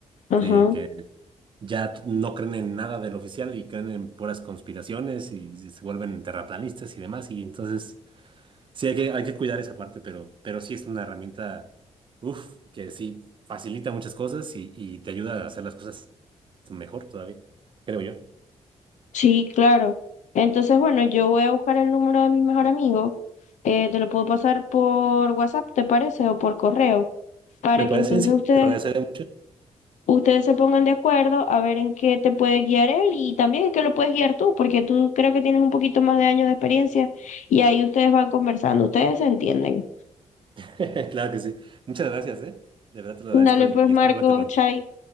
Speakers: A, on the left; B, on the right.
A: Ajá.
B: sí, que ya no creen en nada del oficial y creen en puras conspiraciones y se vuelven terraplanistas y demás, y entonces sí hay que, hay que cuidar esa parte, pero, pero sí es una herramienta, uff, que sí facilita muchas cosas y, y te ayuda a hacer las cosas mejor todavía, creo yo.
A: Sí, claro. Entonces, bueno, yo voy a buscar el número de mi mejor amigo. Eh, te lo puedo pasar por WhatsApp, ¿te parece? O por correo, para
B: Me parece,
A: que entonces
B: sí,
A: ustedes
B: te lo agradecería mucho.
A: ustedes se pongan de acuerdo a ver en qué te puede guiar él y también en qué lo puedes guiar tú, porque tú creo que tienes un poquito más de años de experiencia y ahí ustedes van conversando, ustedes se entienden.
B: <laughs> Claro que sí. Muchas gracias, ¿eh? De verdad te lo
A: Dale
B: agradezco y,
A: pues
B: y
A: Marco,
B: espero verte pronto.
A: Chay,